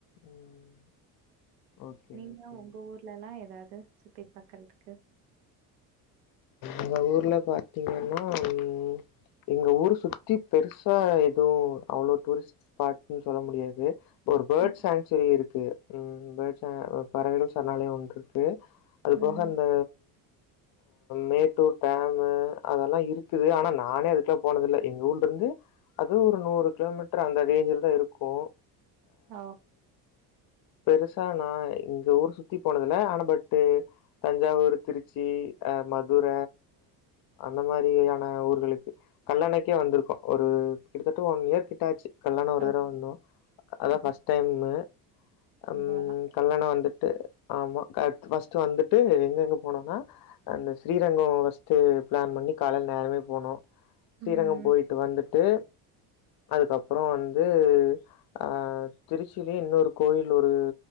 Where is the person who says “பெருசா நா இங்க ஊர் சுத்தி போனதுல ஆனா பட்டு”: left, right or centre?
Left